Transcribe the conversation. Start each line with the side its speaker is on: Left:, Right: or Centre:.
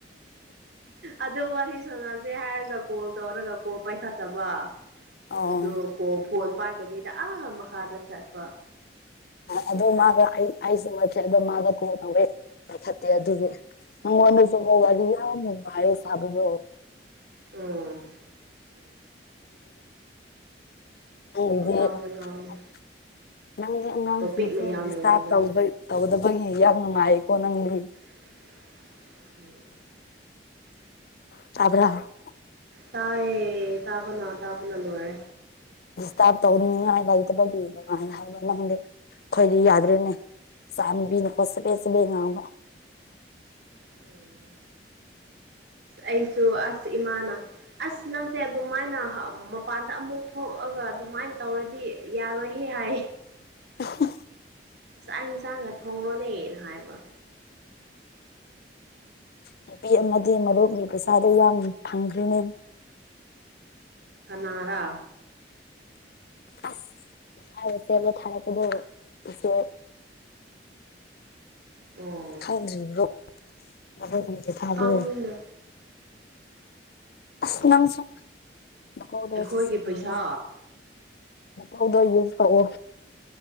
Right: ꯑꯗꯣ ꯋꯥꯔꯤ ꯁꯥꯟꯅꯁꯦ ꯍꯥꯏꯔꯒ ꯀꯣꯜ ꯇꯧꯔꯒ ꯀꯣꯜ ꯄꯥꯏꯈꯠꯇꯕ ꯑꯩꯗꯣ
Left: ꯑꯣ
Right: ꯀꯣꯜ ꯐꯣꯟ ꯄꯥꯏꯗꯕꯤꯗ ꯑꯥ ꯃꯈꯥꯗ ꯆꯠꯄ
Left: ꯑꯗꯨꯗ ꯃꯥꯒ ꯑꯩꯁꯨ ꯃꯆꯦꯗꯣ ꯃꯥꯒ ꯀꯣꯜ ꯇꯋꯦ ꯄꯥꯢ ꯈꯠꯇꯦ ꯑꯗꯨꯒꯤ ꯅꯪꯉꯣꯟꯗꯁꯨꯕ ꯋꯥꯔꯤ ꯌꯥꯝ ꯅꯨꯡꯉꯥꯢꯔꯦ ꯁꯥꯕꯗꯨ
Right: ꯎꯝ
Left: <unintelligible>
Right: ꯄꯉꯥꯡꯗ ꯉꯥꯡꯉꯦ
Left: ꯅꯪꯒꯤ ꯑꯉꯥꯡꯁꯤꯡꯁꯨ
Right: ꯇꯣꯄꯤꯛ ꯃꯌꯥꯝ
Left: ꯗꯤꯁꯇꯥꯔꯕ
Right: ꯂꯩꯔꯝꯒꯅꯤ
Left: ꯇꯧꯕꯩ ꯇꯧꯗꯕꯒꯤ ꯌꯥꯝ ꯅꯨꯡꯉꯥꯏꯀꯣ ꯅꯪꯗꯤ
Right: ꯎꯝ
Left: ꯇꯥꯕ꯭ꯔꯥ
Right: ꯇꯥꯏꯌꯦ ꯇꯥꯕꯅ ꯇꯥꯕꯅ ꯂꯣꯢꯔꯦ
Left: ꯗꯤꯁꯇꯥꯔꯕ ꯇꯧꯅꯤꯡꯉꯥꯏ ꯂꯩꯇꯕꯒꯤ ꯅꯨꯡꯉꯥꯢ ꯍꯥꯏꯕ ꯅꯪꯗꯤ ꯑꯩꯈꯣꯏꯗꯤ ꯌꯥꯗ꯭ꯔꯤꯅꯦ ꯆꯥꯟꯕꯤꯅ ꯀꯣ ꯆꯕꯦꯠ ꯆꯕꯦꯠ ꯉꯥꯡꯕ
Right: ꯎꯝ ꯑꯩꯁꯨ ꯑꯁ ꯏꯃꯥꯅ ꯑꯁ ꯅꯪꯁꯦ ꯑꯗꯨꯃꯥꯏꯅ ꯍꯥ ꯃꯄꯥꯟꯗ ꯑꯃꯨꯛ ꯊꯣꯛꯑꯒꯥ ꯑꯗꯨꯃꯥꯏꯟ ꯇꯧꯔꯗꯤ ꯌꯥꯔꯣꯏꯍꯦ ꯍꯥꯏ
Left: <unintelligible>
Right: ꯆꯥꯛ ꯏꯟꯁꯥꯡꯒ ꯊꯣꯡꯔꯣꯅꯦꯅ ꯍꯥꯏꯕ
Left: ꯅꯨꯄꯤ ꯑꯃꯗꯤ ꯃꯔꯨꯞꯒꯤ ꯄꯩꯁꯥꯗꯣ ꯌꯥꯝ ꯐꯪꯈ꯭ꯔꯤꯅꯦ
Right: ꯀꯅꯥꯔꯥ
Left: ꯑꯁ ꯉꯁꯥꯏ ꯁ꯭ꯇꯦꯞꯂꯔ ꯊꯥꯔꯛꯄꯗꯣ ꯏꯆꯦ
Right: ꯑꯣ
Left: ꯈꯪꯗ꯭ꯔꯤꯕ꯭ꯔꯣ ꯃꯔꯨꯞꯒꯤ ꯄꯩꯁꯥꯗꯣ
Right: ꯈꯪꯗꯦ
Left: ꯑꯁ ꯅꯪꯁꯨ ꯅꯀꯧꯗꯣ
Right: ꯑꯩꯈꯣꯏꯒꯤ
Left: ꯁꯤꯖꯤꯟꯅꯧꯋꯦ
Right: ꯄꯩꯁꯥ
Left: <unintelligible> ꯌꯨꯁ ꯇꯧꯋꯣ